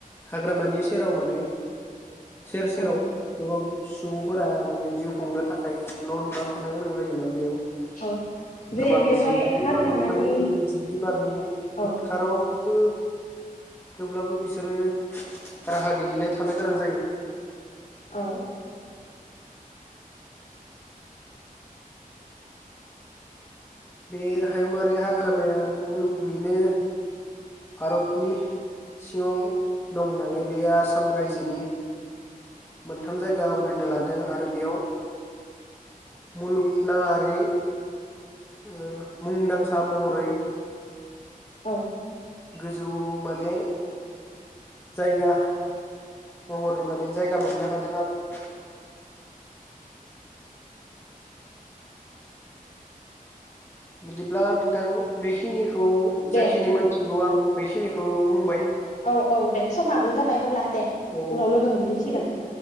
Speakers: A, on the left; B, on the left.
A: हाग्रामानि सेराव माने। सेर सेराव
B: औ
A: गोबां। सुबुंफोरा माने जिउ खुंनो थाखाय न' लुना थानो गोनां जायोना बेयाव।
B: औ जे
A: गोबां
B: बेवहाय
A: जेंनाजों
B: हाग्रामानि
A: ब्लाबो थानाय जायो जिब जुनारनि
B: औ
A: उदखाराव। बो। थेवब्लाबो बिसोरो राहा गैयैलाय थानो गोनां जायो।
B: औ।
A: बे हायुंआारि हाग्रामाया मुलुगनिनो भारतनि सिङाव दं नालाय बेयो आसाम रायजोनि मोनथाम जायगा आवग्रिनो लादों आरो बेयाव मुलुगनाङारि। ङो मुंदांखा महरै।
B: औ।
A: गोजौ माने जायगा महरै माने जायगा मोननो हादों आरो। बिदिब्ला नोंथां बेखिनिखौ। खौ
B: दे
A: जाखिनि मोनथिगौ आं बेखिनिखौ। खौ बुंबाय।
B: औ औ दे समाबो जाबाय अब्ला। दे
A: औ
B: उनाव लोगो मोनफिनसिगोन